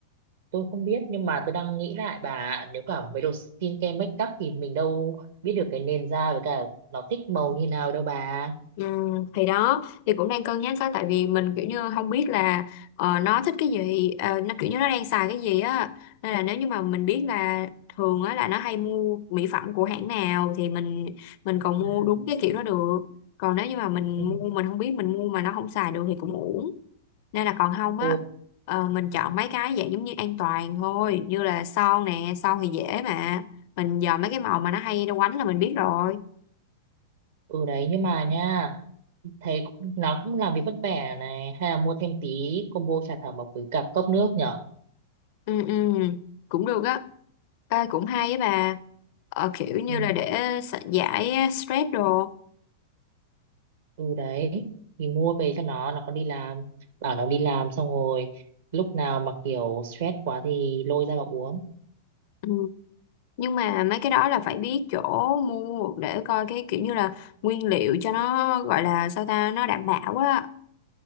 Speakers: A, on the right; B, on the left.
A: tôi không biết nhưng mà tôi đang nghĩ lại bà nếu cả mấy đồ skincare make up thì mình đâu biết được cái nền da với cả nó thích màu như nào đâu bà
B: Ừ, thì đó thì cũng đang cân nhắc á tại vì mình kiểu như không biết là ờ, nó thích cái gì ờ, nó kiểu như nó đang xài cái gì á nên là nếu như mà mình biết là thường á là nó hay mua mỹ phẩm của hãng nào thì mình mình còn
A: ừ
B: mua đúng cái kiểu đó được còn nếu như mà mình
A: ừ
B: mua mình không biết mình mua mà nó không xài được thì cũng uổng nên là còn không á
A: ừ,
B: ờ, mình chọn mấy cái dạng giống như an toàn thôi như là son nè son thì dễ mà mình dò mấy cái màu mà nó hay nó quánh là mình biết rồi
A: ừ đấy nhưng mà nha thấy cũng- nó cũng làm việc vất vả này hay là mua thêm tí combo trà thảo mộc với cả cốc nước nhở
B: ừ ừ cũng được á à, cũng hay á bà ờ, kiểu như
A: ừ,
B: là để sa- giải stress đồ
A: ừ đấy thì mua về cho nó nó còn đi làm bảo nó đi làm xong rồi lúc nào mà kiểu stress quá thì lôi ra mà uống
B: ừ. nhưng mà mấy cái đó là phải biết chỗ mua để coi cái kiểu như là nguyên liệu cho nó gọi là sao ta nó đảm bảo á